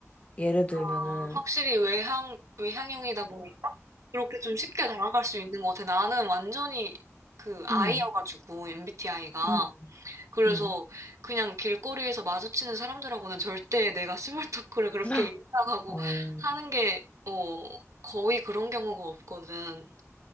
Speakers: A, on the left; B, on the right.
A: 예를 들면은,
B: 아, 확실히 외향, 외향형이다 보니까 그렇게 좀 쉽게 다가갈 수 있는 것 같아. 나는 완전히 그 I여가지고,
A: 음,
B: MBTI가.
A: 음,
B: 그래서
A: 음. <gasps>
B: 그냥 길거리에서 마주치는 사람들하고는 절대 내가 스몰 토크를 그렇게
A: <laughs>
B: 인사하고
A: 어,
B: 하는 게, 어, 거의 그런 경우가 없거든.